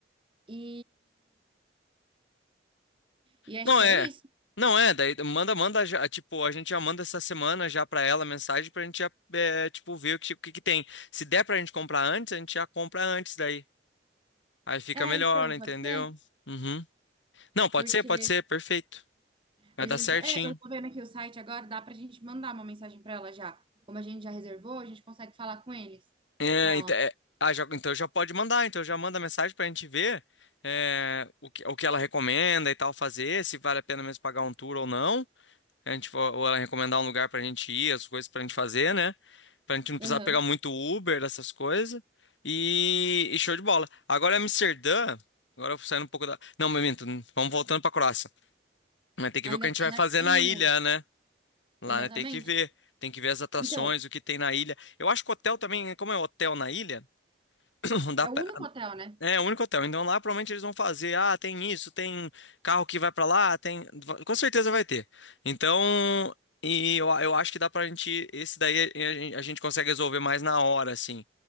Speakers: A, on the right; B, on the left.
A: e e acho
B: Não
A: que
B: é.
A: é isso.
B: Não é, daí manda, manda já, tipo, a gente já manda essa semana já pra ela a mensagem pra gente já, é, tipo, ver o que, o que que tem. Se der pra gente comprar antes, a gente já compra antes daí. Aí fica
A: É,
B: melhor,
A: então,
B: entendeu?
A: pode ser,
B: Uhum. Não, pode
A: porque
B: ser, pode ser, perfeito. Vai
A: a gente,
B: dar certinho.
A: po- é, eu tô vendo aqui o site agora, dá pra gente mandar uma mensagem para ela já. Como a gente já reservou, a gente consegue falar com eles,
B: É,
A: com ela.
B: ent- é, ah, já- então já pode mandar, então já manda mensagem pra gente ver é, o que, o que ela recomenda e tal fazer, se vale a pena mesmo pagar um tour ou não. A gente, for- ou ela recomendar um lugar pra gente ir, as coisas pra gente fazer, né? Pra gente não precisar
A: Aham.
B: pegar muito Uber, essas coisas. E, e show de bola. Agora Amsterdã. Agora eu saindo um pouco da. Não, mas minto, vamos voltando pra Croácia. Vai ter que
A: Ainda
B: ver o que a gente
A: tem
B: vai fazer
A: a ilha.
B: na ilha, né? Lá,
A: Exatamente.
B: né? Tem que ver. Tem que ver as atrações,
A: Então,
B: o que tem na ilha. Eu acho que o hotel também, como é hotel na ilha, <clears throat> dá
A: é
B: pra-
A: o único hotel, né?
B: é, o único hotel. Então lá provavelmente eles vão fazer, ah, tem isso, tem carro que vai pra lá, tem, com certeza vai ter. Então, e eu, eu acho que dá pra gente, esse daí a, gen- a gente consegue resolver mais na hora, assim.